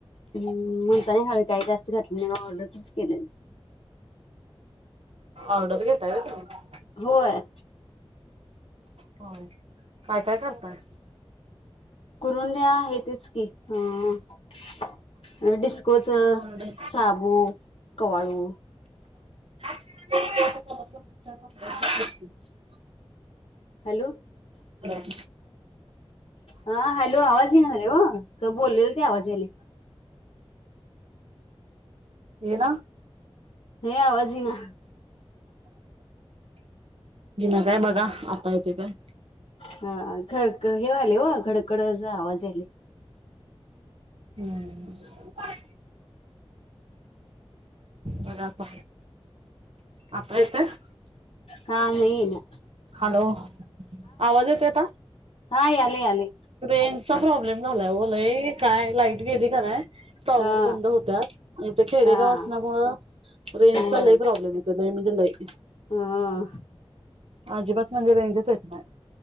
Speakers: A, on the left; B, on the right.
A: हम्म मुलतानी हळदी काही जास्त घातलं नाही ऑर्डरच केले
B: ऑर्डर घेताय होय तुम्ही
A: होय
B: होय. काय काय करताय?
A: म्हणजे आहे तेच की अ डिस्कोच
B: हॅलो
A: शाबू कवाळू
B: <unintelligible> म <inaudible> <inaudible>
A: हॅलो
B: परब
A: हा हॅलो आवाज ये ना रे हो स बोललेल ते आवाज आले
B: येन
A: हे आवाजही ईना
B: बिना काय बघा आपल ते काय
A: ह खर क हे वालय हो खडखड असा आवाज आ
B: हम्म पण परब आपल्या इथं
A: हा नाही येईना
B: हॅलो आवाज येतोय का
A: हा‌ याले याले
B: र्रेजचा प्रॉब्लेम झालाय ओ लय काय लाईट गेली का नाई टॉवर
A: हा
B: बंद होतात नाहीत खेडेगाव
A: हा
B: असल्यामुळ रेंजचा
A: होय
B: लय प्रॉब्लेम येतोय लय म्हणजे लय
A: हम्म
B: अजिबात म्हणजेें रेंजच येत बाय